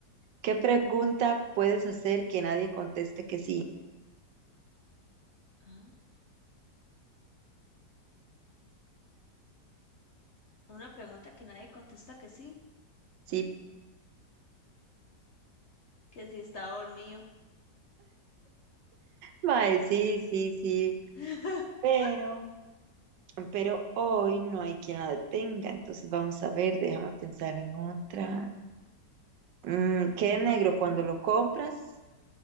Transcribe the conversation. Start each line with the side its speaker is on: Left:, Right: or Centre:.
Right: ¿Qué pregunta puedes hacer que nadie conteste que sí?
Left: Ah, una pregunta que nadie contesta que sí,
Right: Sí,
Left: que si está dormido.
Right: mae, sí, sí, sí.
Left: <laughs>
Right: Pero, pero hoy no hay quien la detenga. Entonces vamos a ver, déjame pensar en otra. Mm, queda negro cuando lo compras,